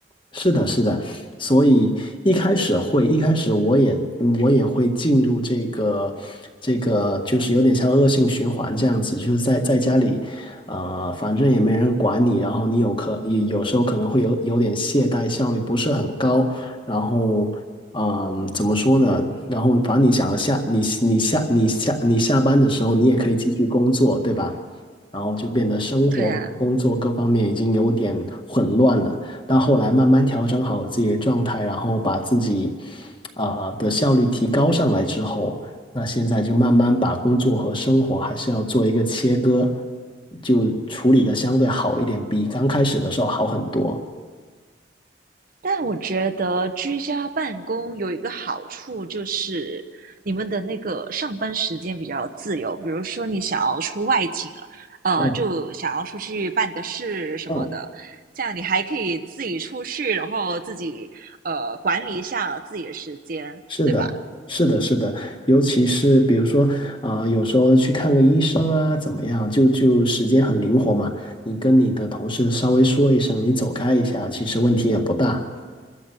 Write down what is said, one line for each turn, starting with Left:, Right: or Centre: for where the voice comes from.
Left: 是的，是的，所以一开始会，一开始我也我也会进入这个这个，就是有点像恶性循环这样子，就是在在家里，呃，反正也没人管你，然后你有可有有时候可能会有有点懈怠，效率不是很高，然后嗯，怎么说呢？然后反正你想要下你你下你下你下班的时候，你也可以继续工作，对吧？然后就变得生活、
Right: 对啊，
Left: 工作各方面已经有点混乱了。但后来慢慢调整好自己的状态，然后把自己啊、的效率提高上来之后，那现在就慢慢把工作和生活还是要做一个切割，就处理的相对好一点，比刚开始的时候好很多。
Right: 但我觉得居家办公有一个好处就是，你们的那个上班时间比较自由。比如说你想要出外景了，呃，
Left: 嗯
Right: 就想要出去办个事什么的，
Left: 嗯，
Right: 这样你还可以自己出去，然后自己呃管理一下自己的时间，
Left: 是的，
Right: 对吧？
Left: 是的，是的，尤其是比如说，啊、有时候去看个医生啊，怎么样，就就时间很灵活嘛。你跟你的同事稍微说一声，你走开一下，其实问题也不大。